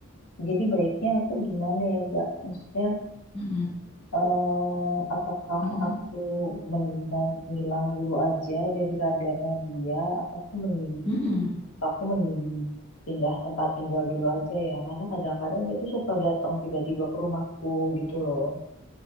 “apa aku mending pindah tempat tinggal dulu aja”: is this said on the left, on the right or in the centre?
Left